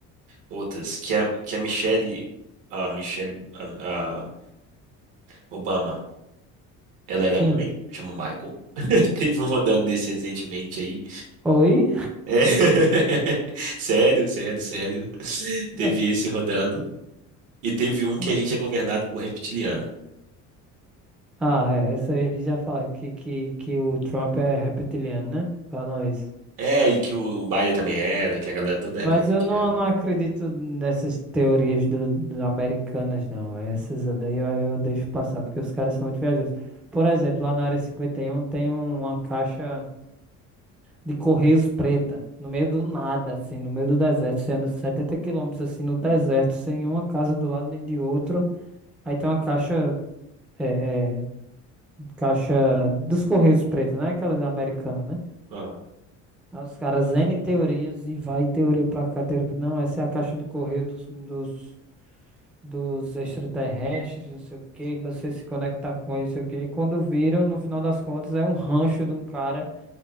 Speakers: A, on the right (about 70°); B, in the centre.
A: outras, que a, que a Michelle, a Michelle, a, a Obama, ela era
B: Sim.
A: homem, chama Michael. <laughs> Teve um rodando desse recentemente aí.
B: Oi?
A: É. <laughs> Sério, sério, sério.
B: Não.
A: Teve esse rodando. E teve um
B: ma-
A: que a gente é governado por reptiliano.
B: Ah, é, essa aí já fala que que que o Trump é reptiliano, né? Falam isso.
A: É, e que o, o Biden também era, que a galera toda
B: Mas
A: é reptiliana.
B: eu não, não acredito nessas teorias do, do americanas, não. Essas aí eu, eu deixo passar, porque os caras são muito viajosos. Por exemplo, lá na área cinquenta e um tem um, uma caixa de Correios preta, no meio do nada, assim, no meio do deserto. Você anda 70 quilômetros, assim, no deserto, sem uma casa do lado nem de outro. Aí tem uma caixa, é, é, caixa dos Correios preta, né? Aquelas americanas,
A: né?
B: né?
A: Ó,
B: Aí os caras N teorias e vai teoria pra cá, teoria pra... Não, essa é a caixa de correio dos, dos dos extraterrestres, não sei o que, você se conectar com eles, não sei o que. E quando viram, no final das contas, é um rancho de um cara